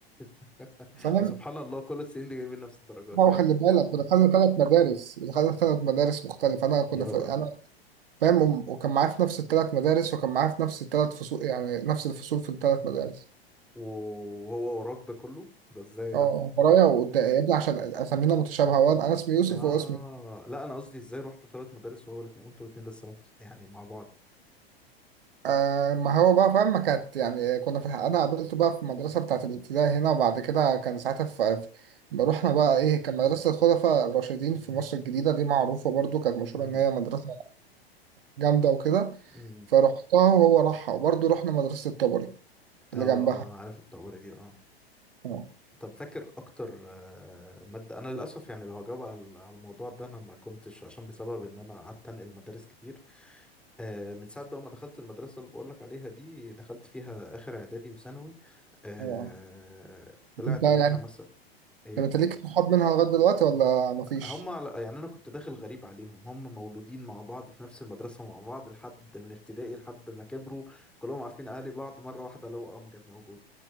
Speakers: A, in the centre; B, on the right.
A: <laughs>
B: فاهم
A: وسبحان الله كل السنين دي جايبين نفس الدرجات
B: هو خلي بالك ودخلنا ثلاث مدارس دخلنا ثلاث مدارس مختلفه انا كنا
A: <laughs> يا
B: في
A: راجل
B: انا فاهم وم- وكان معايا في نفس الثلاث مدارس وكان معايا في نفس الثلاث فصول يعني نفس الفصول في الثلاث مدارس
A: وهو وراك ده كله ده ازاي
B: اه
A: ده
B: ورايا وقدام يا ابني عشان اسامينا متشابهه وانا أنا اسمي يوسف
A: اه
B: وهو اسمه
A: لا انا قصدي ازاي رحتوا ثلاث مدارس وهو الاثنين وانتوا الاثنين لسه نفس يعني مع بعض
B: آه ما هو بقى فاهم ما كانت يعني كنا في الحق انا قابلته بقى في المدرسه بتاعت الابتدائي هنا وبعد كده كان ساعتها في في- رحنا بقى ايه كان مدرسه الخلفاء الراشدين في مصر الجديده دي معروفه برضو كانت مشهوره
A: امم
B: ان هي مدرسه جامده وكده
A: امم
B: فرحتها وهو راحها وبرضو رحنا مدرسه الطبري
A: اه
B: اللي
A: آه،
B: جنبها
A: انا عارف الطبري دي اه
B: اه
A: طب فاكر اكتر آه، ماده انا للاسف يعني لو هجاوب على ال- على الموضوع ده انا ما كنتش عشان بسبب ان انا قعدت انقل مدارس كتير آه، من ساعه بقى ما دخلت المدرسه اللي بقول لك عليها دي دخلت فيها اخر اعدادي وثانوي آه،
B: اه
A: طلعت
B: انت يعني
A: منها مثلا ايه
B: طب انت ليك صحاب منها لغايه دلوقتي ولا مفيش؟
A: هم على... يعني انا كنت داخل غريب عليهم هم مولودين مع بعض في نفس المدرسه مع بعض لحد من ابتدائي لحد ما كبروا كلهم عارفين اهالي بعض مره واحده لو امجد موجود